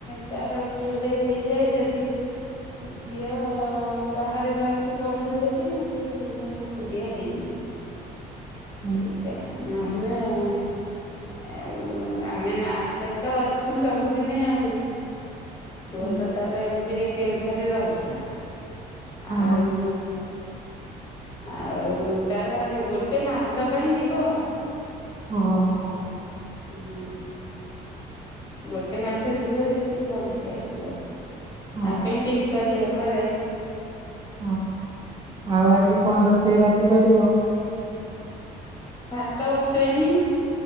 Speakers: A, on the left; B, on the right.
A: ତାର ବିଏଡ ହେଇଯାଏ ଯଦି ଝିଅ ବାହାରେ ରହିକି ପଢିବ ଯଦି ମତେ ବି ମୁଁ ଏକୁଟିଆ ହେଇଯିବି।
B: ହୁଁ,
A: ଏଇଟା ନହେଲେ ଆଉ ଆମେ ମା ଝିଅ ତ ଅଛୁ ସବୁଦିନେ ଆଉ। ପୁଅ
B: ହୁଁ।
A: ତ ତାର ଏମିତିରେ କେଉଁଝର ରେ ରହୁଥିଲା।
B: ହଁ
A: ଆଉ ଆଉ ତାର ଗୋଟେ ମାସ ପାଇଁ ଯିବ।
B: ଓ ହୋ।
A: ହଁ ଗୋଟେ ମାସ ଯିବ ସେଠିକି ପଢିକି ଆସିବ।
B: ହଁ
A: ଆପେଣ୍ଟିସ କରିିବ ପା ଯାଇକି।
B: ହଁ ଆଉ ଆଜି କଣ ରୋଷେଇ ରାତି କରିବ?
A: ଭାତ ବସେଇମି।